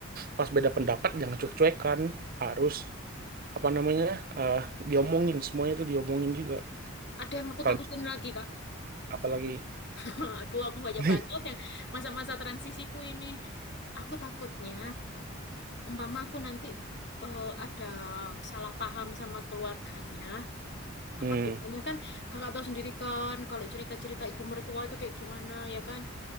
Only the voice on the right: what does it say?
pas beda pendapat jangan cuek-cuekan harus apa namanya eh diomongin semuanya itu diomongin juga
kalau
apalagi
<laughs>
hmm